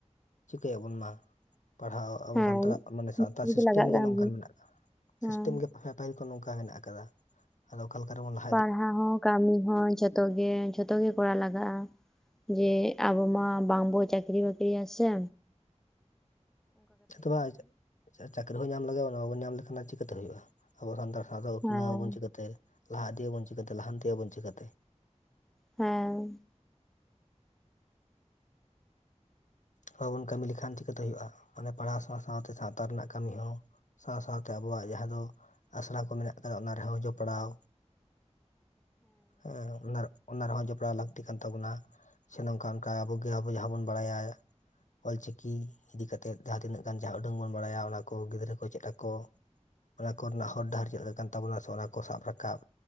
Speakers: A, on the left; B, in the centre.
A: ᱪᱤᱠᱟᱹᱭᱟᱵᱚᱱ ᱢᱟ ᱯᱟᱲᱦᱟᱣ ᱟᱵᱚ
B: ᱦᱮᱸ
A: ᱥᱟᱱᱛᱟᱲ ᱢᱟᱱᱮ
B: ᱢᱚᱡᱽ
A: ᱥᱟᱶᱛᱟ ᱥᱤᱥᱴᱮᱢ
B: ᱞᱟᱜᱟᱜ
A: ᱜᱮ
B: ᱠᱟᱱ
A: ᱱᱚᱝᱠᱟᱱ ᱢᱮᱱᱟᱜ ᱠᱟᱫᱫᱟ
B: ᱦᱮᱸ
A: ᱥᱤᱥᱴᱮᱢ ᱜᱮ ᱮ ᱯᱟᱹᱦᱤᱞ ᱠᱚ ᱱᱚᱝᱠᱟ ᱢᱮᱱᱟᱜ ᱟᱠᱟᱫᱟ ᱦᱮᱞᱳ ᱚᱠᱟᱞᱮᱠᱟ ᱨᱮ ᱵᱚᱱ ᱞᱟ
B: ᱯᱟᱲᱦᱟᱣ ᱦᱚᱸ ᱠᱟᱹᱢᱤ ᱦᱚᱸ ᱡᱷᱚᱛᱚ ᱜᱮ ᱡᱷᱚᱛᱚ ᱜᱮ ᱠᱚᱨᱟᱣ ᱞᱟᱜᱟᱜ-ᱟ ᱡᱮ ᱟᱵᱚ ᱢᱟ ᱵᱟᱝ ᱵᱳ ᱪᱟᱠᱨᱤ ᱵᱟᱠᱨᱤ ᱟᱥᱮ
A: ᱡᱷᱚᱛᱚᱣᱟᱜ ᱪᱟᱹᱠᱨᱤ ᱦᱚᱸ ᱧᱟᱢ ᱞᱮᱟᱜ-ᱟ ᱵᱟᱵᱚᱱ ᱧᱟᱢ ᱞᱮᱠᱷᱟᱱ ᱪᱤᱠᱟᱹᱛᱮ ᱦᱩᱭᱩᱜ-ᱟ ᱟᱵᱚ ᱥᱟᱱᱛᱟᱲ ᱥᱟᱶᱛᱟ ᱩᱛᱱᱟᱹᱣ
B: ᱦᱮᱸ
A: ᱟᱵᱚᱱ ᱪᱤᱠᱟᱹᱛᱮ ᱞᱟᱦᱟ ᱤᱫᱤ ᱟᱵᱚᱱ ᱪᱤᱠᱟᱹᱛᱮ ᱞᱟᱦᱟᱱᱛᱤ ᱟᱵᱚᱱ ᱪᱤᱠᱟᱹᱛᱮ
B: ᱦᱮᱸ
A: ᱵᱟᱵᱚᱱ ᱠᱟᱹᱢᱤ ᱞᱮᱠᱷᱟᱱ ᱪᱤᱠᱟᱹᱛᱮ ᱦᱳᱭᱳᱜ-ᱟ ᱢᱟᱱᱮ ᱯᱟᱲᱦᱟᱣ ᱥᱟᱶ ᱥᱟᱶᱛᱮ ᱥᱟᱶᱛᱟ ᱨᱮᱱᱟᱜ ᱠᱟᱹᱢᱤ ᱦᱚᱸ ᱥᱟᱶ ᱥᱟᱶᱛᱮ ᱟᱵᱚᱣᱟᱜ ᱡᱟᱦᱟᱸ ᱫᱚ ᱟᱥᱲᱟ ᱠᱚ ᱢᱮᱱᱟᱜ ᱟᱠᱟᱫᱟ ᱚᱱᱟ ᱨᱮᱦᱚᱸ ᱡᱚᱯᱲᱟᱣ ᱦᱮᱸ ᱚᱱᱟ ᱨᱮᱦᱚᱸ ᱡᱚᱯᱲᱟᱣ ᱞᱟᱹᱠᱛᱤ ᱠᱟᱱ ᱛᱟᱵᱚᱱᱟ ᱥᱮ ᱱᱚᱝᱠᱟ ᱚᱱᱠᱟ ᱟᱵᱚ ᱡᱟᱦᱟᱸ ᱵᱚᱱ ᱵᱟᱲᱟᱭᱟ ᱚᱞ ᱪᱤᱠᱤ ᱤᱫᱤ ᱠᱟᱛᱮᱫ ᱡᱟᱦᱟᱸ ᱛᱤᱱᱟᱹᱜ ᱜᱟᱱ ᱡᱟᱦᱟᱸ ᱩᱰᱟᱹᱝ ᱵᱚᱱ ᱵᱟᱲᱟᱭᱟ ᱚᱱᱟ ᱠᱚ ᱜᱤᱫᱽᱨᱟᱹ ᱠᱚ ᱪᱮᱫ ᱟᱠᱚ ᱚᱱᱟ ᱠᱚᱨᱮᱱᱟᱜ ᱦᱚᱨ ᱰᱟᱦᱟᱨ ᱪᱮᱫ ᱠᱟᱱ ᱛᱟᱵᱚᱱᱟ ᱥᱮ ᱚᱱᱟ ᱠᱚ ᱥᱟᱵ ᱨᱟᱠᱟᱵ